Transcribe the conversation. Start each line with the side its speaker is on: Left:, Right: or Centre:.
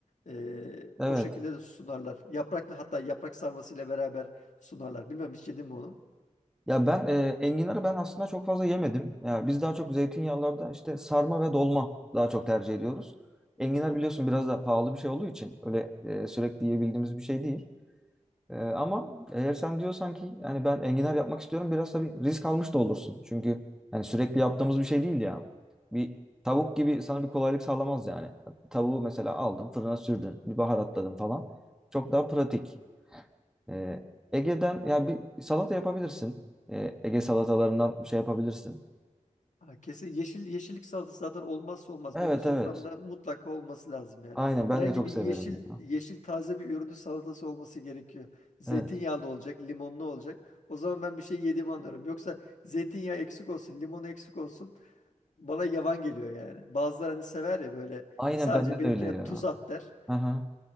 Left: E,
Centre: Evet.
Left: o şekilde de sunarlar. Yapraklı hatta yaprak sarmasıyla beraber sunarlar. Bilmem hiç yedin mi onu?
Centre: Ya ben e, enginarı ben aslında çok fazla yemedim. Ya biz daha çok zeytinyağlarda işte sarma ve dolma daha çok tercih ediyoruz. Enginar
Left: Hı hı.
Centre: biliyorsun biraz da pahalı bir şey olduğu için öyle e, sürekli yiyebildiğimiz bir şey değil. Ee, ama eğer sen diyorsan ki yani ben enginar yapmak istiyorum biraz tabii risk almış da olursun. Çünkü yani sürekli yaptığımız bir şey değil ya. Bir tavuk gibi sana bir kolaylık sağlamaz yani. Tavuğu mesela aldın fırına sürdün bir baharatladın falan. Çok daha pratik. Ee, Ege'den ya bir salata yapabilirsin. Ee, Ege salatalarından bir şey yapabilirsin.
Left: Ha, kesin yeşil yeşillik salatası zaten olmazsa olmaz.
Centre: Evet
Left: Benim soframda
Centre: evet.
Left: mutlaka olması lazım yani.
Centre: Aynen
Left: Herhangi
Centre: ben de çok
Left: bir
Centre: severim
Left: yeşil
Centre: ya.
Left: yeşil taze bir ürünün salatası olması gerekiyor. Zeytinyağlı
Centre: Evet.
Left: olacak, limonlu olacak. O zaman ben bir şey yediğimi anlıyorum. Yoksa zeytinyağı eksik olsun, limonu eksik olsun bana yavan geliyor yani. Bazıları hani sever ya böyle
Centre: Aynen
Left: "Ya sadece
Centre: bende
Left: benimkine
Centre: de öyle ya.
Left: tuz at der.
Centre: Aha.